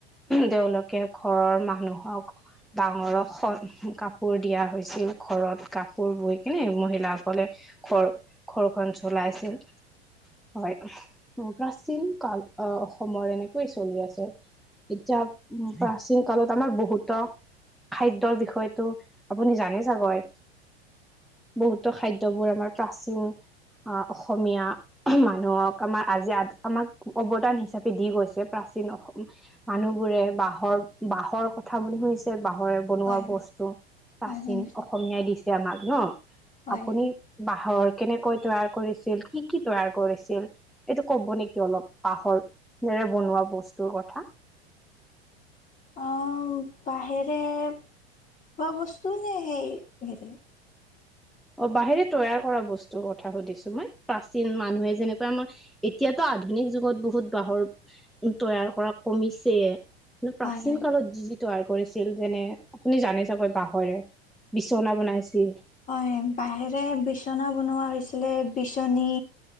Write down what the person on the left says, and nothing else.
হয় হয়
হয় শুনিছোঁ
হয়
অঁ বাঁহেৰে খোৱা বস্তু নে সেই হেৰি
হয় হয়
হয়, বাহেৰে বিচনা বনোৱা হৈছিলে বিচনী।